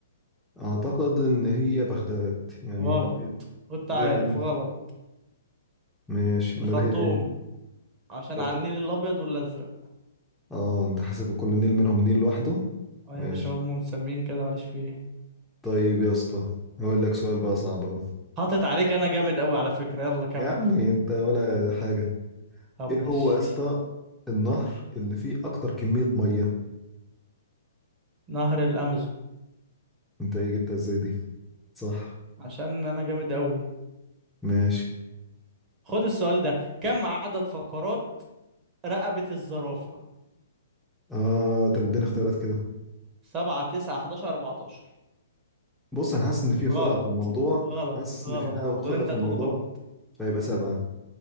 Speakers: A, in the centre; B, on the right.
A: اعتقد ان هي بغداد يعني
B: غلط كنت
A: ليه
B: عارف غلط
A: ماشي
B: الخرطوم
A: امال هي ايه
B: عشان
A: شرطه
B: على النيل الأبيض والأزرق
A: اه انت حاسب كل نيل منهم نيل لوحده
B: اه
A: ماشي
B: يا باشا هم مسمين كده ماليش فيه
A: طيب يا اسطى هقول لك سؤال بقى صعب اهو
B: حاطط عليك أنا جامد أوي على فكرة يلا كمل
A: يا عمي انت ولا حاجه
B: طب
A: ايه
B: ماشي
A: هو يا اسطى النهر اللي فيه اكتر كميه ميه
B: نهر الأمازون
A: انت ايه جبتها ازاي دي صح
B: عشان أنا جامد أوي
A: ماشي
B: خد السؤال ده كم عدد فقرات رقبة الزرافة
A: اه طب اديني اختيارات كده
B: سبعة تسعة حداشر أربعتاشر
A: بص انا حاسس ان في خدعه
B: غلط
A: في الموضوع
B: غلط
A: حاسس
B: غلط
A: ان في حاجه
B: برضه
A: خدعه
B: اللي أنت
A: في
B: هتقوله
A: الموضوع
B: غلط
A: فيبقى سبعه